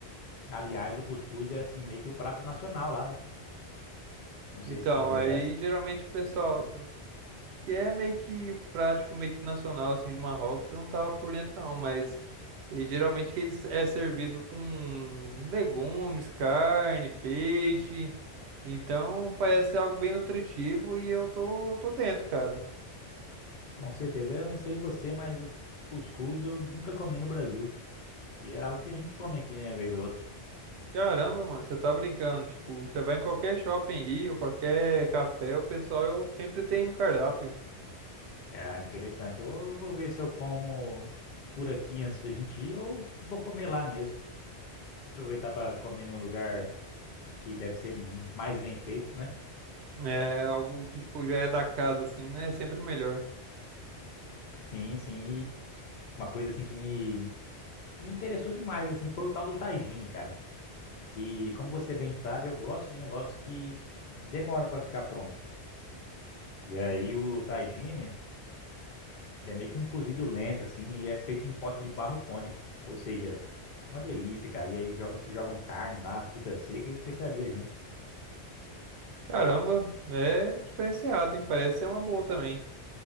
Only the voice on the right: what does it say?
Então,
aí
geralmente o pessoal. que é meio que prático, meio que nacional, assim, de Marrocos, eu não tava por dentro não, mas eh, geralmente que ele é servido com legumes, carne, peixe, então parece ser algo bem nutritivo e eu tô, tô dentro, cara.
Caramba, mano, você tá brincando, tipo, você vai em qualquer shopping aí, ou qualquer café, o pessoal eu sempre tem no cardápio.
É algo que, tipo, já é da casa, assim, né? É sempre melhor.
Caramba, é diferenciado, hein? Parece ser uma boa também.